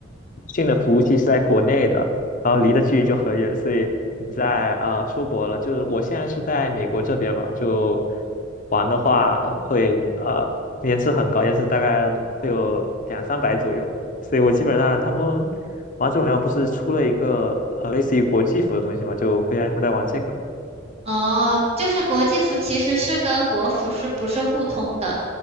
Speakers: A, on the left (about 45°); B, on the right (about 35°).
A: 新的服务器是在国内的，然后离的距离就很远，所以你在啊、呃出国了，就是我现在是在美国这边嘛，就玩的话呃会呃延迟很高，延迟大概会有两三百左右，所以我基本上他们王者荣耀不是出了一个呃类似于国际服的东西嘛，就会在会在玩这个。
B: 哦，就是国际服其实是跟国服是不是互通的？